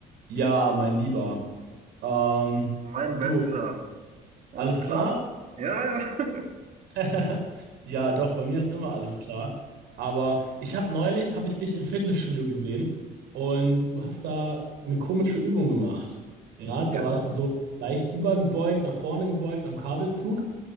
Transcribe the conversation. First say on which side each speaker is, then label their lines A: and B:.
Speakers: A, on the right (about 80°); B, on the right (about 50°).
A: Ja, mein Lieber. Ähm,
B: Mein Bester.
A: du,
B: Alles
A: alles
B: klar?
A: klar?
B: Ja, ja. <laughs>
A: <laughs> Ja, doch, bei mir ist immer alles klar. Aber ich habe neulich, habe ich dich im Fitnessstudio gesehen und du hast da eine komische Übung gemacht. Ja, da
B: Ja.
A: warst du so leicht übergebeugt, nach vorne gebeugt am Kabelzug.